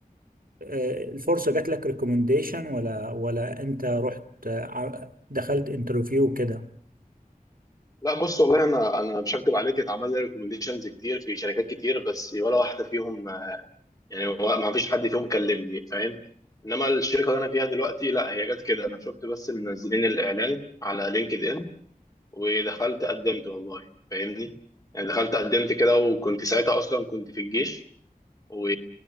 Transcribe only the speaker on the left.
لا بص والله انا انا مش هكدب عليك اتعمل لي ريكومنديشنز كتير في شركات كتير بس ولا واحده فيهم يعني هو ما فيش حد فيهم كلمني فاهم انما الشركه اللي انا فيها دلوقتي لا هي جت كده انا شفت بس منزلين الاعلان على لينكد ان ودخلت قدمت والله فاهمني يعني دخلت قدمت كده وكنت ساعتها اصلا كنت في الجيش و...